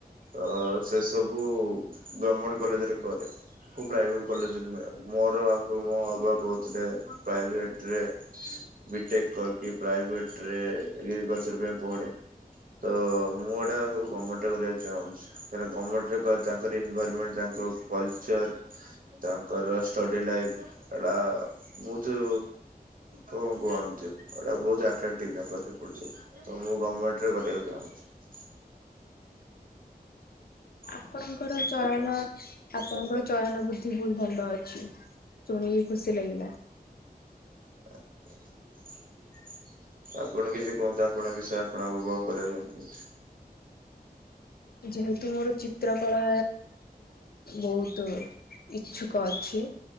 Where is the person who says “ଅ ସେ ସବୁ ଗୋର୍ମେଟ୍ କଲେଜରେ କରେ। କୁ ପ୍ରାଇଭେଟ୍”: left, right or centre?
Right